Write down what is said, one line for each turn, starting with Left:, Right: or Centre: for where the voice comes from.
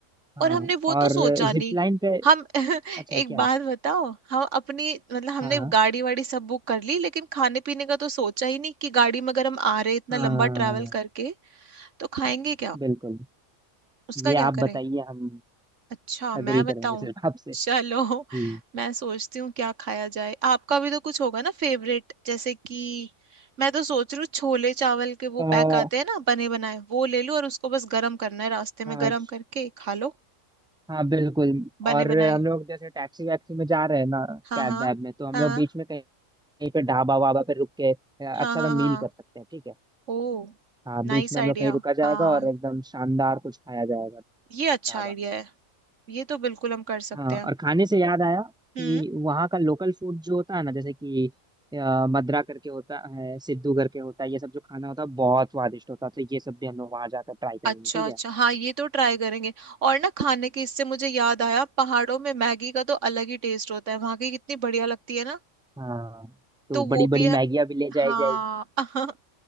Centre: हाँ
Right: और हमने वो
Centre: और
Right: तो सोचा
Centre: जिप
Right: नहीं
Centre: लाइन पे
Right: हम <laughs>
Centre: अच्छा
Right: एक
Centre: क्या
Right: बात बताओ हम अपनी मतलब हमने
Centre: हाँ
Right: गाड़ी वाड़ी सब बुक कर ली लेकिन खाने पीने का तो सोचा ही नहीं कि गाड़ी में अगर हम आ रहे इतना
Centre: हाँ
Right: लंबा ट्रैवल करके तो खाएंगे
Centre: बिल्कुल
Right: उसका
Centre: ये
Right: क्या
Centre: आप
Right: करें
Centre: बताइए हम
Right: अच्छा
Centre: अग्री
Right: मैं
Centre: करेंगे
Right: बताऊं
Centre: सिर्फ आपसे
Right: चलो
Centre: जी
Right: मैं सोचती हूँ क्या खाया जाए आपका भी तो कुछ होगा ना फेवरेट जैसे कि मैं तो सोच रही हूँ छोले चावल के वो
Centre: आ,
Right: पैक आते हैं ना बने बनाए वो ले लूं और उसको बस गरम करना है रास्ते
Centre: हाँ
Right: में गरम करके खा लो
Centre: हाँ बिल्कुल
Right: बने
Centre: और
Right: बनाए
Centre: हम लोग जैसे टैक्सी वैक्सी में जा रहे हैं ना
Right: हाँ
Centre: कैब
Right: हाँ
Centre: वैब में तो हम
Right: हाँ
Centre: लोग बीच में कहीं कहीं पे ढाबा वाबा पे रुक के अ,
Right: हाँ
Centre: अच्छा
Right: हाँ
Centre: सा मील
Right: हाँ
Centre: कर सकते हैं ठीक है
Right: Oh
Centre: हाँ
Right: nice
Centre: बीच में
Right: idea
Centre: हम लोग कहीं रुका जाएगा
Right: हाँ
Centre: और एकदम शानदार कुछ खाया जाएगा
Right: ये अच्छा
Centre: ढाबा
Right: आइडिया
Centre: में
Right: है ये तो बिल्कुल हम कर सकते
Centre: हाँ
Right: हैं
Centre: और खाने से याद आया
Right: हम्म
Centre: कि वहाँ का लोकल फूड जो होता है ना जैसे कि अ, मद्रा करके होता है सिद्धू करके होता है ये सब जो खाना होता है बहुत स्वादिष्ट होता है तो ये सब भी हम लोग वहाँ जाकर ट्राई करेंगे
Right: अच्छा
Centre: ठीक
Right: अच्छा
Centre: है
Right: हाँ ये तो ट्राई करेंगे और ना खाने के इससे मुझे याद आया पहाड़ों में मैगी का तो अलग ही टेस्ट होता है वहां की कितनी बढ़िया लगती है ना
Centre: हाँ तो
Right: तो वो
Centre: बड़ी बड़ी
Right: भी है-
Centre: मैगिया भी ले जाई
Right: हाँ
Centre: जाएगी
Right: <laughs>